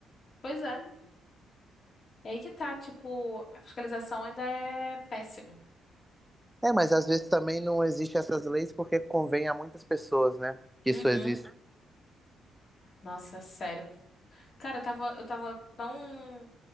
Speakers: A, on the left; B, in the centre.
A: pois é. É aí que tá, tipo, a fiscalização ainda é péssima.
B: É, mas às vezes também não existem essas leis porque convém a muitas pessoas, né? Que
A: Uhum.
B: isso existe.
A: Nossa, sério. Cara, eu tava, eu tava tão.